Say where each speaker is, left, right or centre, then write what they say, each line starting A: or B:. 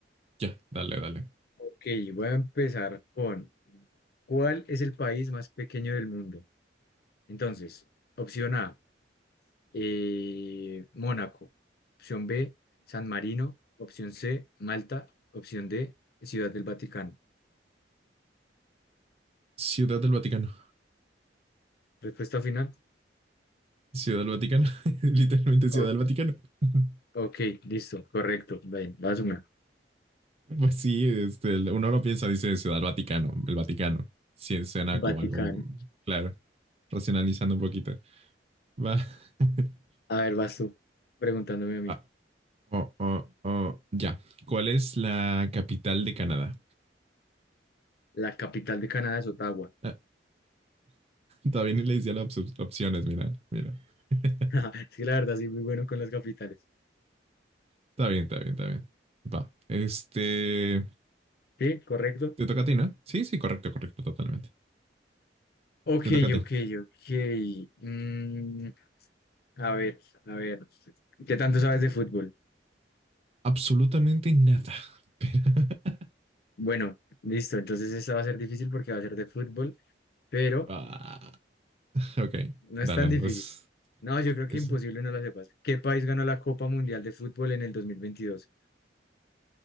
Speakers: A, on the right; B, on the left.
A: Ya, dale, dale.
B: Ok, voy a empezar con ¿cuál es el país más pequeño del mundo? Entonces, opción A, eh, Mónaco. Opción B, San Marino. Opción C, Malta. Opción D, Ciudad del Vaticano.
A: Ciudad del Vaticano.
B: Respuesta final.
A: Ciudad del Vaticano. <laughs> Literalmente Ciudad
B: O-
A: del Vaticano. <laughs>
B: Ok, listo, correcto. Bien, vas una.
A: Pues sí, este, el- uno no piensa, dice Ciudad Vaticano, el Vaticano. Sí, suena
B: Vaticano.
A: como algo, claro, racionalizando un poquito. Va. <laughs>
B: A ver, vas tú preguntándome a mí.
A: Va. Oh, oh, oh. Ya. ¿Cuál es la capital de Canadá?
B: La capital de Canadá es Ottawa.
A: Ah, todavía ni le decía las op- opciones, mira, mira. <laughs>
B: <laughs> Es que la verdad soy muy bueno con las capitales.
A: Está bien, está bien, está bien. Va. Este,
B: ¿Sí? ¿Correcto?
A: te toca a ti, ¿no? Sí, sí, correcto, correcto, totalmente.
B: Ok,
A: Te toca a ti.
B: ok, ok. Mm, A ver, a ver, ¿qué tanto sabes de fútbol?
A: Absolutamente nada. <laughs> Pero-
B: Bueno, listo, entonces esta va a ser difícil porque va a ser de fútbol, pero
A: Ah, ok,
B: no
A: dale,
B: es tan difícil.
A: pues.
B: No, yo creo
A: Eso.
B: que imposible no la sepas. ¿Qué país ganó la Copa Mundial de Fútbol en el 2022?